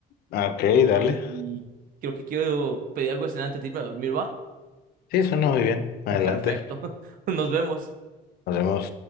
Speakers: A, on the left; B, on the right.
A: Ok,
B: y
A: dale.
B: creo que quiero pedir algo de cenar antes de irme a dormir, ¿va?
A: Sí, suena muy bien. Adelante.
B: Perfecto. <laughs> Nos vemos.
A: Nos vemos.